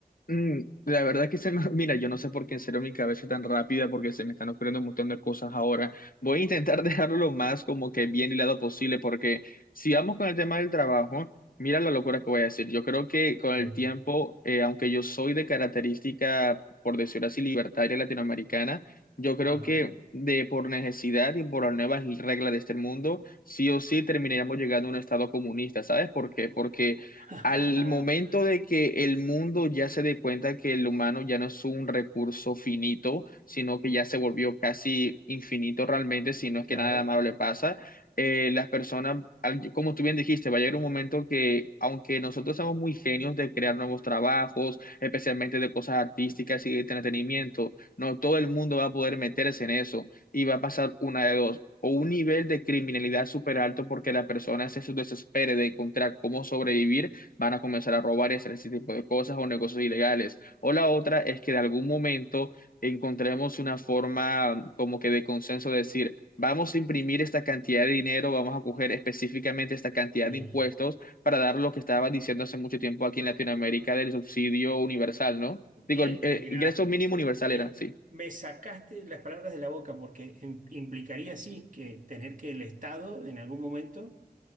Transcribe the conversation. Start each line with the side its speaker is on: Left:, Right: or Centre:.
Left: Mm, la verdad que se me, <laughs> mira, yo no sé por qué en serio mi cabeza es tan rápida, porque se me están ocurriendo un montón de cosas ahora. Voy a intentar <laughs> dejarlo lo más como que bien hilado posible, porque si vamos con el tema del trabajo, mira la locura que voy a decir. Yo creo que con el
Right: Sí.
Left: tiempo, eh, aunque yo soy de característica, por decirlo así, libertaria latinoamericana, yo creo
Right: Ajá.
Left: que de por necesidad y por las nuevas reglas de este mundo, sí o sí terminaríamos llegando a un estado comunista, ¿sabes por qué? Porque
Right: <laughs>
Left: al momento de que el mundo ya se dé cuenta que el humano ya no es un recurso finito, sino que ya se volvió casi infinito realmente, si no es
Right: Claro.
Left: que nada malo le pasa, eh, las personas, al- como tú bien dijiste, va a llegar un momento que, aunque nosotros somos muy genios de crear nuevos trabajos, especialmente de cosas artísticas y de entretenimiento, no todo el mundo va a poder meterse en eso y va a pasar una de dos. o un nivel de criminalidad súper alto porque la persona se desespere de encontrar cómo sobrevivir van a comenzar a robar y hacer ese tipo de cosas o negocios ilegales. O la otra es que de algún momento encontremos una forma como que de consenso de decir, vamos a imprimir esta cantidad de dinero, vamos a coger específicamente esta cantidad
Right: Sí.
Left: de impuestos para dar lo que estaba diciendo hace mucho tiempo aquí en Latinoamérica del subsidio universal, ¿no? Digo,
Right: Eh,
Left: el, eh,
Right: mirá,
Left: ingreso mínimo
Right: hijo,
Left: universal
Right: me,
Left: era, sí.
Right: me sacaste las palabras de la boca porque im- implicaría sí que tener que el Estado en algún momento